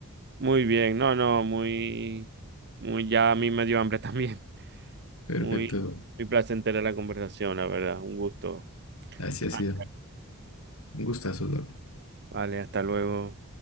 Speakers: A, on the right; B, on the left.
A: Muy bien, no, no, muy, muy, ya a mí me dio hambre <laughs> también.
B: Perfecto,
A: Muy, muy placentera la conversación, la verdad, un gusto.
B: así ha sido.
A: Ah.
B: Un gustazo, Eduardo.
A: Vale, hasta luego.